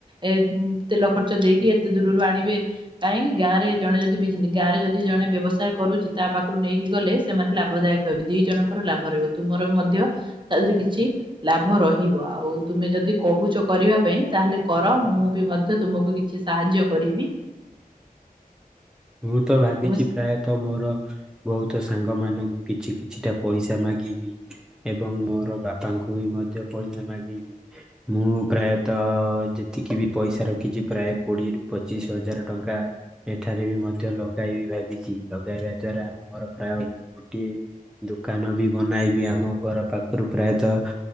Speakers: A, on the right; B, in the centre.
A: ଏ ତେଲ ଖର୍ଚ୍ଚ ଦେଇକି ଏତେ ଦୂରରୁ ଆଣିବେ କାହିଁକି ଗାଁରେ ଜଣେ ଯଦି ବିଜ୍ ଗାଁରେ ଯଦି ଜଣେ ବ୍ୟବସାୟ କରୁଛି ତା ପାଖରୁ ନେଇକି ଗଲେ ସେମାନେ ଲାଭ ଦାୟକ ହେବେ ଦି ଜଣଙ୍କର ଲାଭ ରହିବ ତୁମର ମଧ୍ୟ ତା ଦେହରେ କିଛି ଲାଭ ରହିବ ଆଉ ତୁମେ ଯଦି କହୁଛ କରିବା ପାଇଁ ତାହେଲେ କର ମୁଁ ବି ମଧ୍ୟ ତୁମକୁ କିଛି ସାହାଯ୍ୟ କରିବି।
B: ମୁଁ ତ ଭାବିଛି
A: ତୁମେ
B: ପ୍ରାୟ ତ ମୋର ବହୁତ ସାଙ୍ଗ ମାନଙ୍କୁ କିଛି କିଛିଟା ପଇସା ମାଗିବି ଏବଂ ମୋର ବାପାଙ୍କୁ ବି ମଧ୍ୟ ପଇସା ମାଗିବି। ମୁଁ ପ୍ରାୟତଃ ଯେତିକି ବି ପଇସା ରଖିଛି ପ୍ରାୟ କୋଡିଏ ରୁ ପଚିଶି ହଜାର ଟଙ୍କା ଏଠାରେ ବି ମଧ୍ୟ ଲଗାଇ ବି ଭାବିଛି ଲଗେଇବା ଦ୍ଵାରା ଆମର ପ୍ରାୟ ଗୋଟିଏ ଦୋକାନ ବି ବନାଇବି ଆମ ଘର ପାଖରୁ ପ୍ରାୟତଃ